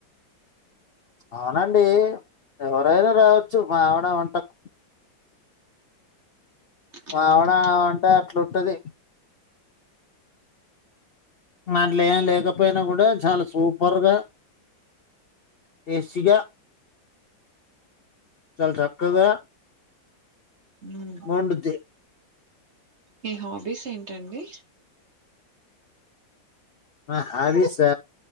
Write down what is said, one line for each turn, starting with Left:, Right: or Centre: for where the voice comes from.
Left: అవునండి ఎవరైనా రావచ్చు మావిడ వంటకు
Right: సర్లే
Left: అవునా అంట అట్లుంటది దంట్లో ఏం లేకపోయినా కూడా చాలా సూపర్గా టేస్టీగా చాలా చక్కగా
Right: ఊమ్
Left: వండుద్ది
Right: మీ హాబీస్ ఏంటండి
Left: ఆ హవిసా